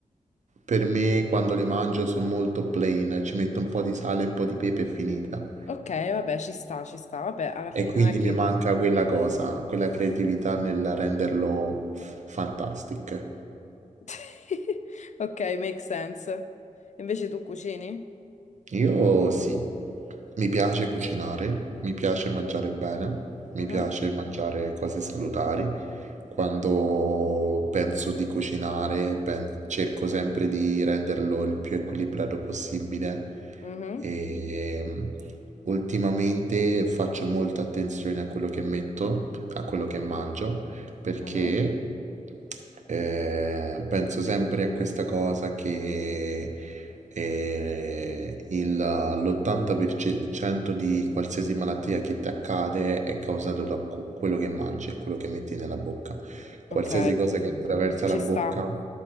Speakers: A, on the right (about 65°); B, on the left (about 60°).
A: per me quando le mangio sono molto plain, ci metto un po' di sale, un po' di pepe e finita.
B: Ok, vabbè, ci sta, ci sta. Vabbè, alla fine
A: E quindi
B: non è che...
A: mi manca quella cosa, quella creatività nel renderlo f- fantastic.
B: <laughs> Ok, make sense. Invece tu cucini?
A: Io sì, mi piace cucinare, mi piace mangiare bene, mi
B: Mhm,
A: piace mangiare cose salutari. Quando penso di cucinare, pen- cerco sempre di renderlo il più equilibrato possibile
B: mhm,
A: e mm, ultimamente faccio molta attenzione a quello che metto, a quello che mangio, perché
B: mhm.
A: eh, penso sempre a questa cosa che e il- l'80% di qualsiasi malattia che ti accade è causato da cu- quello che mangi e quello che metti nella bocca. Qualsiasi
B: Ok,
A: cosa che attraversa
B: ci
A: la bocca
B: sta.